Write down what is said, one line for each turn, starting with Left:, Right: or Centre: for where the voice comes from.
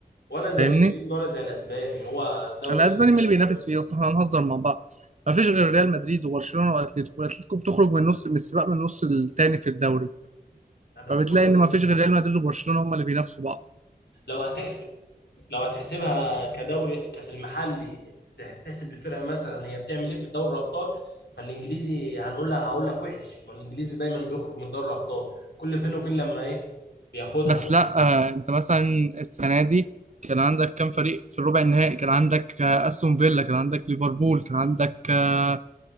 Left: ولا زي
Right: فاهمني
Left: الانجليزي ولا زي الاسباني هو دوري
Right: الاسباني مين
Left: ميت
Right: اللي بينافس
Left: شويه
Right: فيه اصلا احنا هنهزر مع بعض ما فيش غير ريال مدريد وبرشلونه واتلتيكو الاتليتيكو بتخرج من النص من السباق من النص التاني في الدوري
Left: لا، بس
Right: فبتلاقي
Left: برضه
Right: ان ما فيش غير ريال مدريد وبرشلونه هم اللي بينافسوا بعض
Left: لو هتحسب لو هتحسبها كدوري كفي المحلي تح- تحسب الفرقه مثلا هي بتعمل ايه في دوري الابطال فالانجليزي هنقول لها هقول لك وحش ما الانجليزي دايما بيخرج من دوري الابطال كل فين وفين لما ايه بياخدها
Right: بس لا آه انت مثلا السنه دي كان عندك كام فريق في الربع النهائي كان عندك آه استون فيلا كان عندك ليفربول كان عندك آه